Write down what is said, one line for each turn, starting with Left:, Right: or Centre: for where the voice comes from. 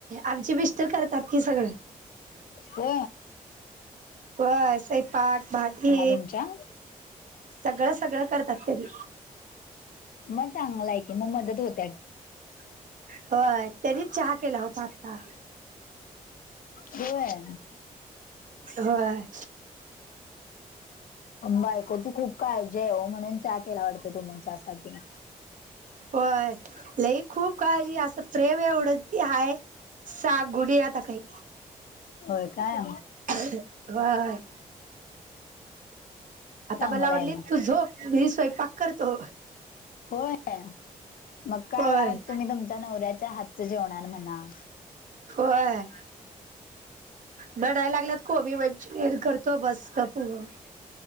Right: आमचे मिस्टर करतांत कीं सगळं.
Left: हो.
Right: बस स्वयंपाक भाजी
Left: तुमच्या?
Right: सगळं सगळं करतात तरी.
Left: मगं चांगलं आहे की मगं मदत होतं.
Right: <inaudible> होय. त्यांनी चहा केला होतां आता.
Left: होय.
Right: होय.
Left: बायकोची खूप काळजी आहे म्हणून चा -- केला वाटतं तुम्च्यासाठी.
Right: होय. लई खूप काळजी, असं प्रेम एवढं ती हाय. सागुडी आता काही
Left: होय काय.
Right: <unintelligible> व्हयं. आता
Left: चांगलं
Right: म लावलीत
Left: आहे मग.
Right: तू झोप. मी स्वयंपाक करतो.
Left: होय. मग काय
Right: होय
Left: आज तुम्ही तुमच्या नवऱ्याच्या हातचं जेवणार म्हणा.
Right: होय. बणाय लागल्यांत कोबी मं -- चुरी करतो बसं. करतो बसं- -